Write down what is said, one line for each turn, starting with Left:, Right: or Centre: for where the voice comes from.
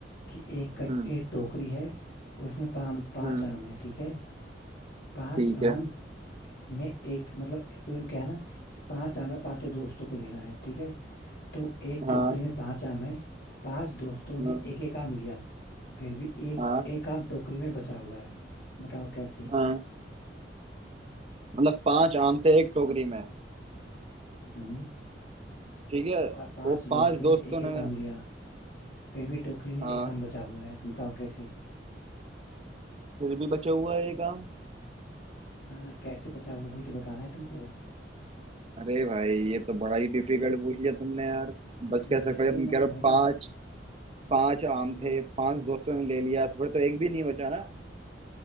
Left: कि एक कट
Right: हम्म
Left: एक टोकरी है उसमें पाम पांच
Right: हम्म,
Left: आम है ठीक है पांच
Right: ठीक
Left: आम
Right: है
Left: ने एक मतलब फिर क्या है ना कि पांच आम है पांचों दोस्तों को देना है ठीक है तो एक
Right: हाँ
Left: टोकरी में पांच आम है पांच दोस्तों ने
Right: हाँ
Left: एक एक आम लिया फिर भी एक
Right: हाँ
Left: एक आम टोकरी में बचा हुआ है बताओ कैसे
Right: हाँ। मतलब पांच आम थे एक टोकरी में
Left: हम्म।
Right: ठीक है
Left: और पांच
Right: वो पांच
Left: दोस्तों
Right: दोस्तों
Left: ने एक
Right: ने
Left: एक आम लिया फिर भी टोकरी में
Right: हाँ
Left: एक आम बचा हुआ है बताओ कैसे
Right: फिर भी बचा हुआ है एक आम
Left: हाँ कैसे बचा हुआ भाई तो बताना है तुमको
Right: अरे भाई ये तो बड़ा ही डिफिकल्ट पूछ लिया तुमने यार
Left: नहीं
Right: बच कैसे
Left: डिफिकल्ट
Right: सकता है तुम
Left: नहीं
Right: कह रहे
Left: है भाई
Right: हो पांच पांच आम
Left: इजी
Right: थे पांच
Left: है
Right: दोस्तों ने ले लिया तो फिर तो एक भी नहीं बचा ना